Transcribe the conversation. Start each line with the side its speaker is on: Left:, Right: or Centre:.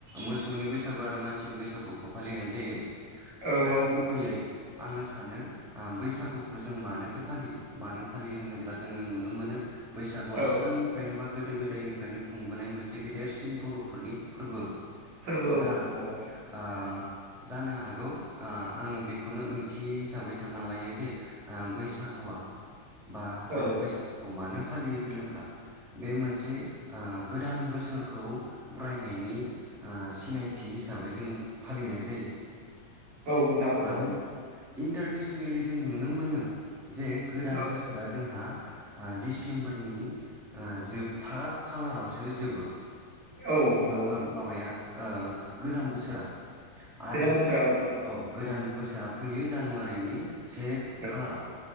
Centre: मोसौनि बैसागु आरो मान सिनि बैसागुखौ फालिनाय जायो
Right: औ
Centre: दा
Right: औ नोंथां
Centre: गुबैयै आङो सानो बैसागुखौ जों मानोथो फालियो मानो फालियो होनोब्ला जोङो नुनो मोनो बैसागुआ
Right: औ
Centre: सिगांनि फ्रायनोबा गोदो गोदायनिफ्रायनो खुंबोनाय मोनसे गेदेरसिन बर'फोरनि फोरबो
Right: फोरबो औ नंगौ
Centre: दा
Right: नोंथां
Centre: ओ जानो हागौ ओ आङो बेखौनो ओंथि हिसाबै सानना लायो जे ओ बैसागुआ बा
Right: औ
Centre: जोङो बैसागुखौ मानो फालियो होनोब्ला बे मोनसे ओ गोदान बोसोरखौ बरायनायनि ओ सिनायथि हिसाबै जों फालिनाय जायो।
Right: औ नोंथां नंगौ
Centre: मानो इन्टारनेसनेलि जों नुनो मोनो जे गोदान
Right: औ
Centre: बोसोर जोंहा ओ डिसेम्बरनि ओ जोबथा खालारावसो जोबो
Right: औ नंगौ
Centre: बा
Right: नोंथां
Centre: माबाया गोजाम बोसोरा आरो
Right: गोजाम बोसोरा औ औ
Centre: औ गोदान बोसोरा फैयो जानुवारिनि से
Right: औ
Centre: खालाराव